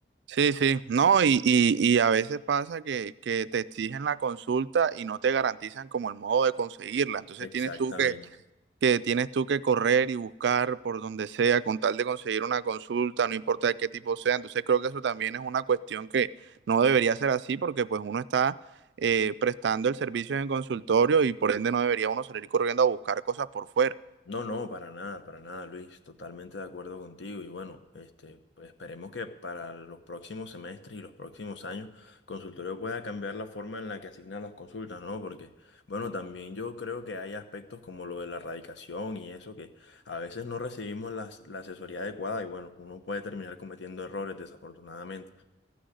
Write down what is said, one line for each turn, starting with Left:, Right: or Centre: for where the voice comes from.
Right: Sí, sí, no, y, y, y a veces pasa que, que te exigen la consulta y no te garantizan como el modo de conseguirla. Entonces
Left: Exactamente.
Right: tienes tú que, que tienes tú que correr y buscar por donde sea con tal de conseguir una consulta, no importa de qué tipo sea. Entonces creo que eso también es una cuestión que no debería ser así porque pues uno está eh, prestando el servicio en el consultorio y por ende no debería uno salir corriendo a buscar cosas por fuera.
Left: No, no, para nada, para nada, Luis, totalmente de acuerdo contigo y bueno, este, pues esperemos que para los próximos semestres y los próximos años consultorio pueda cambiar la forma en la que asignan las consultas, ¿no? Porque bueno, también yo creo que hay aspectos como lo de la radicación y eso que a veces no recibimos las- la, asesoría adecuada y bueno, uno puede terminar cometiendo errores desafortunadamente,